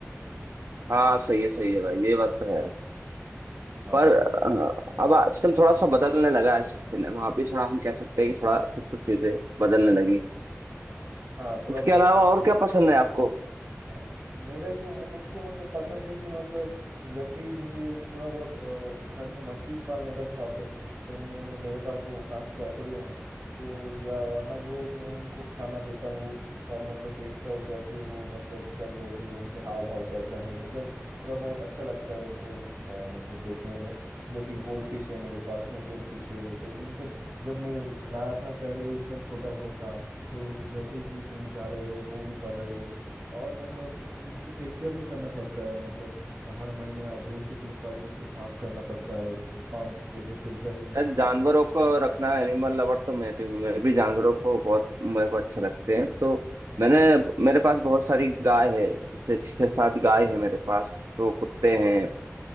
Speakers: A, on the right; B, on the right.
A: हाँ सही है सही है भाई ये बात तो है
B: हाँ
A: पर अ, अब आजकल थोड़ा सा बदलने लगा है सिनेमा अभी थोड़ा हम कह सकते हैं कि थोड़ा कुछ कुछ चीजें बदलने लगी
B: हाँ थोड़ा
A: इसके
B: बहुत
A: अलावा
B: मतलब
A: और क्या
B: कि-
A: पसंद है आपको
B: हाँ, मेरा क्यों मु- मुझको मतलब पसंद है कि मतलब जब भी मुझे थोड़ा बहुत अ, घर में मछली पालने का शौक है तो मैं मुझे मेरे पास वो कांच का एक्वेरियम है तो ज्या- हर रोज मैं उनको खाना देता हूँ और मतलब देखता हूँ कैसे वो मतलब चल रहे हैं उनके हाव भाव कैसा है मतलब थोड़ा बहुत अच्छा लगता है उनको अ, मतलब देखने में जैसे कि गोल्ड फिश है मेरे पास एंजल फिश है तो इन सब जब मैं लाया था पहले एकदम छोटा सा था तो जैसे कि दिन जा रहे हो वो भी बढ़ रहे हैं और मतलब इसको टेक केयर भी करना पड़ता है मतलब हर महीने आप दो से तीन बार इसको साफ करना पड़ता है पंप जो फिल्टर है उसको
A: यार जानवरों को रखना एनिमल लवर तो मैं भी हूँ मैं भी जानवरों को बहुत मेरे को अच्छे लगते हैं तो मैंने मेरे पास बहुत सारी गाय है जैसे छह सात गाय है मेरे पास तो कुत्ते हैं